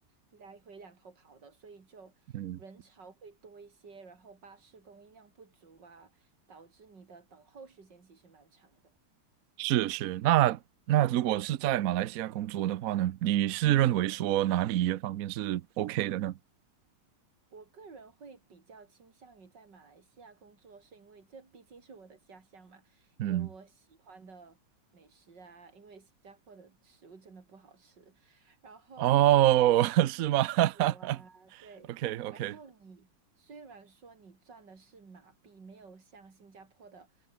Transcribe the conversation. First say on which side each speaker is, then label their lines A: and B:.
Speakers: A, on the right (about 55°); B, on the right (about 65°).
A: 来回两头跑的，所以就人潮会多一些，
B: 嗯，
A: 然后巴士供应量不足啊，导致你的等候时间其实蛮长的。
B: 是是，那那如果是在马来西亚工作的话呢，你是认为说哪里一方面是 OK 的呢？
A: 我个人会比较倾向于在马来西亚工作，是因为这毕竟是我的家乡嘛，
B: 嗯，
A: 有我喜欢的美食啊。因为新加坡的食物真的不好吃，然后
B: 哦，<laughs> 是吗
A: 的朋友啊，
B: <laughs>？OK
A: 对。
B: OK，
A: 然后你虽然说你赚的是马币，没有像新加坡的